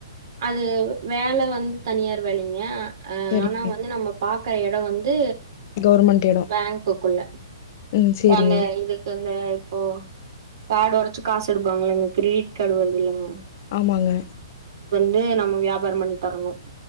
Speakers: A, on the right; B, on the left.
A: அது வேல வந்து தனியார் வேலிங்க அஹ்
B: சரிங்க
A: ஆனா வந்து நம்ம பாக்குற எடம் வந்து
B: கவர்மெண்ட் எடோ
A: பேங்க்குக்குள்ள
B: ம் சேரிங்க
A: அல்ல இதுக்கு இந்த இப்போ கார்டு ஒடச்சு காசு எடுப்பாங்களங்க கிரெடிட் கார்டு வருதுல்லங்க
B: ஆமாங்க
A: வந்து நம்ம வியாபாரம் பண்ணி தரணு